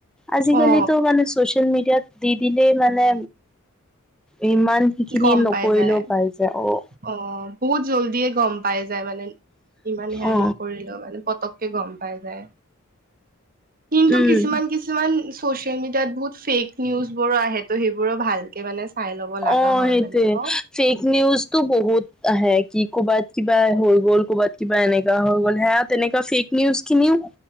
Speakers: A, in the centre; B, on the right.
A: আজিকালিতো
B: অ
A: মানে চচিয়েল মিডিয়াত দি দিলেই মানে ইমান সেইখিনি
B: গম
A: নকৰিলেও
B: পাই যায়
A: পাই যায় অ।
B: অ বহুত জল্ডিয়ে গম পাই যায় মানে ইমান সেয়া
A: অ
B: নকৰিলেও মানে পতক কে গম পাই যায় কিন্তু
A: উম
B: কিছুমান কিছুমান চচিয়েল মিডিয়াত বহুত ফেক নিউজ বোৰো আহে তো' সেইবোৰো ভালকে মানে চাই ল'ব লগা
A: অ
B: হয়
A: সেইটোৱে
B: মানে ন
A: ফেক নিউজটো বহুত আহে কি ক'বা কিবা হৈ গ'ল ক'বাত কিবা এনেকা হৈ গ'ল সেয়া তেনেকুৱা ফেক নিউজ খিনিও